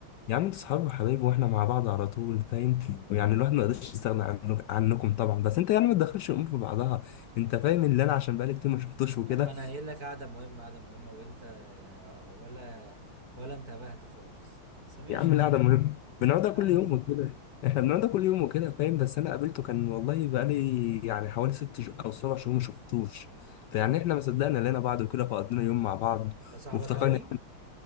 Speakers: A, on the left; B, on the right.
A: يا عم أنت أصحاب وحبايب وإحنا مع بعض على طول فاهم ويعني الواحد ما يقدرش يستغنى عنك- عنكم طبعا بس أنت يعني ما تدخلش الأمور في بعضها أنت فاهم اللي أنا عشان بقالي كتير ما شفتوش وكده
B: يا عم انا قايل لك قعدة مهمة قعدة مهمة وانت آه، ولا ولا انتبهت خالص بس ماشي
A: يا عم
B: يا
A: القعدة
B: عم
A: مهمة بنقعدها
B: اللي انت
A: كل
B: عايز
A: يوم وكده احنا بنقعدها كل يوم وكده فاهم بس انا قابلته كان والله بقالي يعني حوالي ست ش- او سبع شهور ما شفتوش فيعني احنا ما صدقنا لقينا بعض وكده فقضينا يوم مع بعض
B: ده صاحبك
A: وافتكرنا
B: قوي؟